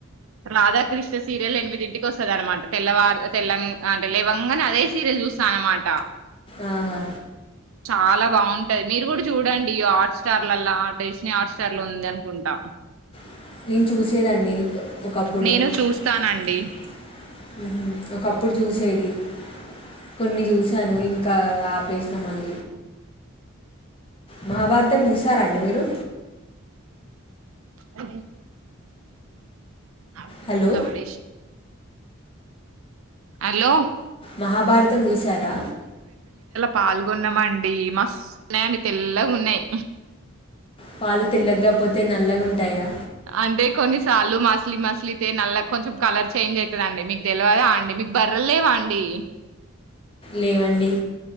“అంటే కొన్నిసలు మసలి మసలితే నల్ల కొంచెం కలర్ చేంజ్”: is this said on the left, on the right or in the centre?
Right